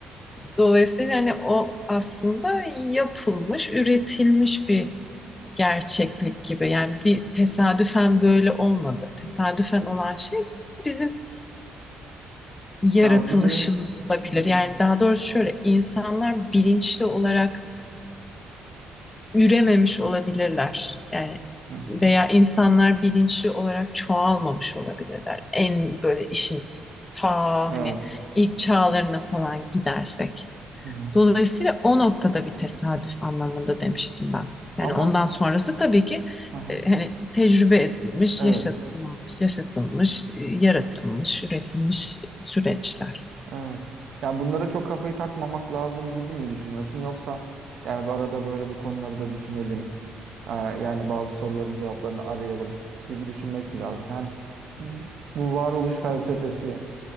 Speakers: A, on the left (about 25°); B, on the right (about 65°).
A: Dolayısıyla hani o aslında yapılmış, üretilmiş bir gerçeklik gibi. Yani bir tesadüfen böyle olmadı. Tesadüfen olan şey bizim yaratılışımız
B: Ya bir de
A: olabilir.
B: hı hı.
A: Yani daha doğrusu şöyle insanlar bilinçli olarak ürememiş olabilirler. Yani
B: Hı hı.
A: veya insanlar bilinçli olarak çoğalmamış olabilirler. En böyle işin ta
B: Evet.
A: hani ilk çağlarına falan gidersek.
B: Hı hı.
A: Dolayısıyla o noktada bir tesadüf anlamında demiştim ben. Yani
B: Ama
A: ondan sonrası tabii ki
B: hı hı.
A: e, hani tecrübe edilmiş,
B: Evet.
A: yaşatılmış, yaşatılmış, e, yaratılmış, üretilmiş süreçler.
B: Evet. Yani bunlara çok kafayı takmamak lazım gibi mi düşünüyorsun? Yoksa yani bir arada böyle bu konuları da düşünelim. Ee, yani bazı soruların cevaplarını arayalım gibi düşünmek mi lazım? Yani bu varoluş felsefesi